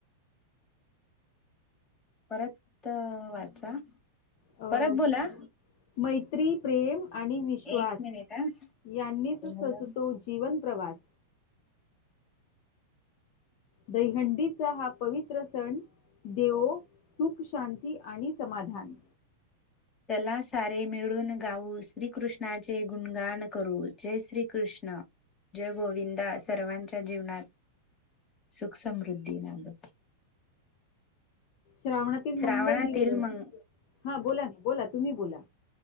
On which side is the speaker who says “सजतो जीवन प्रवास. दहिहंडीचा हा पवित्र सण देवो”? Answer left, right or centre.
Left